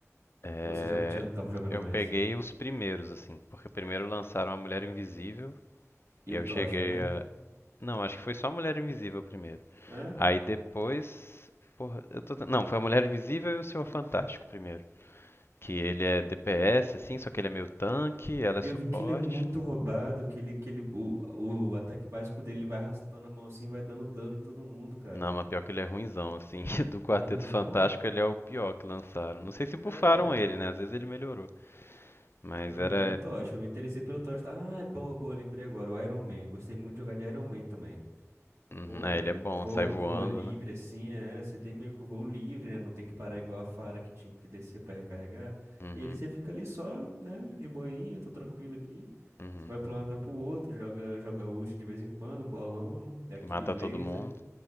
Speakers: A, on the left; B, on the right.
A: É,
B: Ou você já não, tinha, não tava jogando
A: eu
B: mais?
A: peguei os primeiros, assim, porque primeiro lançaram a Mulher Invisível,
B: E
A: e
B: o
A: aí
B: Tocha,
A: eu cheguei
B: né?
A: a. Não, acho que foi só a Mulher Invisível primeiro.
B: É?
A: Aí depois. Porra, eu tô. Não, foi a Mulher Invisível e o Senhor Fantástico primeiro. Que ele é DPS, assim, só que ele é meio tanque, ela é
B: Eu
A: suporte.
B: vi que ele é muito roubado, que ele, que ele, o, o ataque básico dele vai arrastando a mão assim, vai dando dano em todo mundo, cara.
A: Não, mas pior que ele é ruinzão, assim. <laughs> Do Quarteto
B: Ele é ruinzão?
A: Fantástico ele é o pior que lançaram. Não sei se bufaram
B: Sério?
A: ele, né? Às vezes ele melhorou. Mas
B: Ah,
A: era.
B: e o Tocha? Eu me interessei pelo Tocha. tá? Ah, é boa, boa, lembrei agora. O Iron Man. Eu gostei muito de jogar de Iron Man também.
A: Uhum,
B: Pô, olha,
A: é, ele
B: eu
A: é bom,
B: vou,
A: sai voando,
B: voa livre
A: né?
B: assim, né? Você tem meio que o voo livre, né? Não tem que parar igual a Fara que tinha que descer pra recarregar.
A: Uhum,
B: E ele você fica ali só, né? De boinha, tô tranquilo aqui.
A: uhum.
B: Você vai pra um lado, vai pro outro, joga, joga ult de vez em quando, um bolão, dá aquele
A: Mata
B: laser.
A: todo mundo.